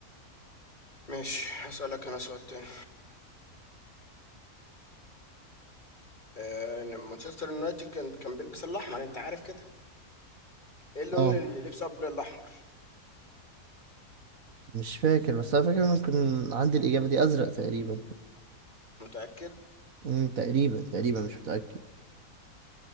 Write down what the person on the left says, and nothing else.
ماشي هسألك انا سؤال تاني آه، مانشستر يونايتد كان كان بيلبس الاحمر انت عارف كده ايه اللون
اللي لبسه قبل الاحمر
متأكد